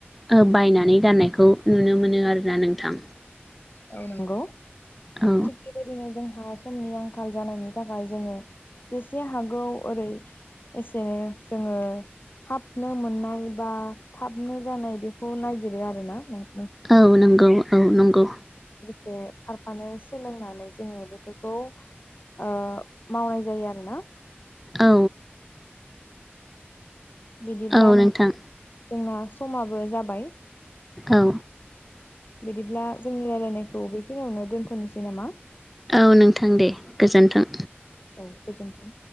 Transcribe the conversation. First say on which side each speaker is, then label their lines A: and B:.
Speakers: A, in the centre; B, on the left.
A: ओ बायनानै गाननायखौ नुनो मोनो आरोना नोंथां।
B: औ नंगौ।
A: औ
B: थिग बेबायदिनो जोंहा समनि आं आंखाल जानायनि थाखाय जोङो जेसे हागौ ओरै एसेनो जोङो थाबनो मोननाय बा थाबनो जानाय बेखौ नागिरो आरोना नों
A: औ नंगौ औ नंगौ।
B: जे खारफानो सोलोंनानै जोङो बेफोरखौ ओ मावनाय जायो आरो ना।
A: औ।
B: बिदिब्ला
A: औ
B: नों
A: नोंथां
B: जोंना समाबो जाबाय।
A: औ।
B: बिदिब्ला जोंनि रायलायनायखौ बेखिनियावनो दोन्थनोसै नामा?
A: औ नोंथां दे गोजोन्थों।
B: औ गोजोनथों।